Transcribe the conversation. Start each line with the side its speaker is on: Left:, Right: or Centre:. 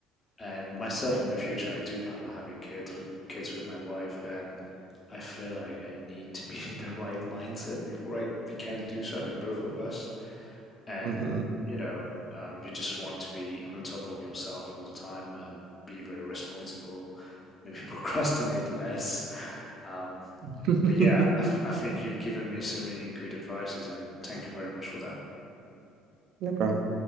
Left: And myself in the future, I do plan on having kids with, kids with my wife, and I feel like I need to be <laughs> in the right mindset before I can do so. I mean, both of us, and
Right: hmm
Left: you know, um, you just want to be on top of yourself all the time, um, be very responsible, <laughs> maybe procrastinate less. Um,
Right: <laughs>
Left: but yeah, I I think you've given me so many good advices, and thank you very much for that.
Right: No problem.